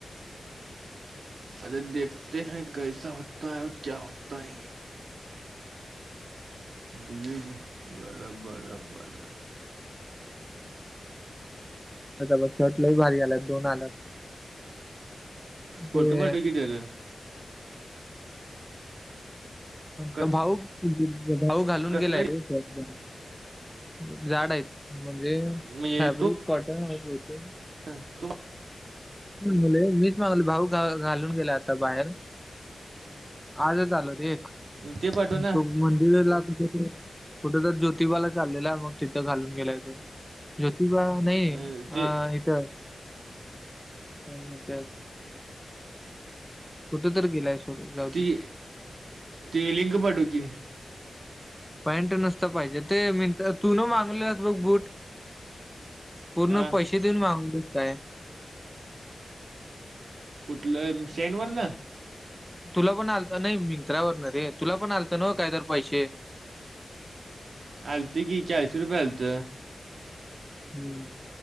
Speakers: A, on the right (about 90°); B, in the centre.
A: अरे देखते है कैसा होता है और क्या होता है? तुझे बी बारा, बारा, बारा.
B: त्याचा बघ शर्ट लैयभारी आल्यात दोन आल्यात.
A: फोटो
B: ते
A: पाठवं की त्याचं. कस
B: त भाऊ, भाऊ घालून
A: कसलं
B: गेलाय रे. <inaudible> जाड आहेत. म्हणजे
A: म्हणजे
B: फॅब्रिक कॉटन हाय बहुतेक..
A: ह तु
B: मुले मीच मागायलोय भाऊ घा घालून गेला आता बाहेर. आजच आलं रे एक.
A: ते पाठव ना?
B: तो मंदिरला कुठं?, कुठं तर ज्योतिबाला चाललेला आहे मग तिथं घालून गेलाय तो. ज्योतिबा नाही,
A: अं,
B: अ.
A: ते
B: हे त्य हं म त्य कुठे तर गेलाय, सोड जाऊ
A: ती,
B: दे
A: ती लिंक पाठव की.
B: पॅन्ट नसतं पाहिजे ते मीन तू नं मागवल्यात बघ बूट. पूर्ण
A: हां
B: पैशे देऊन मागवू काय?
A: कुठलं म सेंन वरन?
B: तुला पण आलंत नयी मिनंत्रा बघ ना रे, तुला पण आलत नाव् काय तर पैशे?
A: आलंत की, चारशे रुपये आलंत.
B: हम्म.